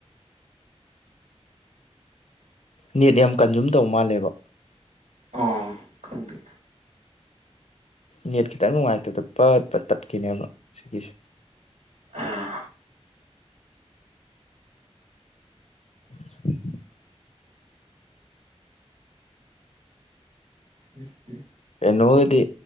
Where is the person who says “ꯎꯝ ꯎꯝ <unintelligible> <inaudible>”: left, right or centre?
Right